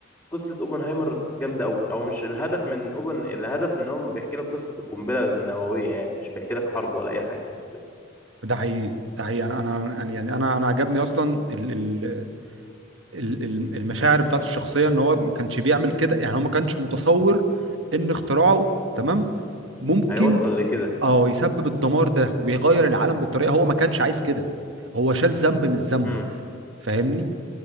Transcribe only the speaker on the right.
ده حقيقي ده حقيقي انا انا أنا- يعني انا انا عجبني اصلا ال ال ال ال- المشاعر بتاعت الشخصيه ان هو ما كانش بيعمل كده يعني هو ما كانش متصور ان اختراعه تمام ممكن
اه يسبب الدمار ده ويغير العالم بالطريقه هو ما كانش عايز كده هو شال ذنب مش ذنبه
فاهمني